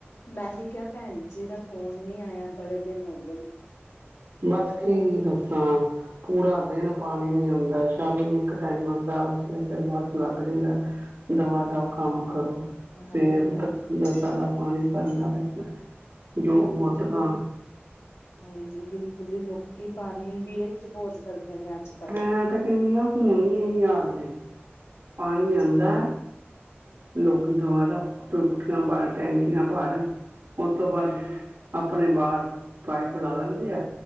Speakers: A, on the left; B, on the right.
A: ਮੈਂ ਵੀ ਕਿਹਾ ਪੈਣ ਜੀ ਦਾ ਫੋਨ ਨੀ ਆਇਆ ਬੜੇ ਦਿਨ ਹੋ ਗਏ ਨੇ
B: ਬਸ
A: ਬਹੁਤ
B: ਠੀਕ ਦੱਸ <unintelligible> ਪੂਰਾ ਦਿਨ ਪਾਣੀ ਨੀ ਆਂਦਾ ਸ਼ਾਮੀ ਇੱਕ ਟਾਈਮ ਆਂਦਾ ਉਸੇ ਫਿਰ ਬਾਅਦ ਲੱਗ ਜਾਇਦਾ ਦਵਾ ਦੱਬ ਕੰਮ ਕਰੋ
A: ਹਾਂਜੀ
B: ਸਵੇਰ
A: ਹਾਂਜੀ
B: ਤੱਕ ਸਾਰਾ ਪਾਣੀ ਭਰਨਾ ਪੈਂਦਾ ਜੋ
A: ਬਿਲਕੁਲ
B: ਮੋਟਰਾਂ
A: ਜੀ ਲੋਕ ਹਾਂਜੀ ਬਿਲਕੁਲ ਜੀ ਲੋਕ ਕਿ ਪਾਣੀ ਵੇਸਟ ਬਹੁਤ ਕਰਦੇ ਨੇ ਅੱਜ ਕੱਲ੍ਹ
B: ਮੈਂ ਤਾਂ ਕਹਿੰਦੀ ਹਾਂ ਹੁਣ ਵੀ ਇਹੀ ਹਾਲ ਏ ਪਾਣੀ
A: ਹਾਂਜੀ
B: ਆਂਦਾ ਲੋਕੀ ਦਵਾਰਾ ਟੂਟੀਆਂ ਭਰ ਟੈਂਕੀਆਂ ਭਰ ਉਸ ਤੋਂ ਬਾਦ
A: ਹਾਂਜੀ
B: ਅਪਨੇ ਬਾਹਰ ਪਾਈਪ ਲਾ ਲੈਂਦੇ ਆ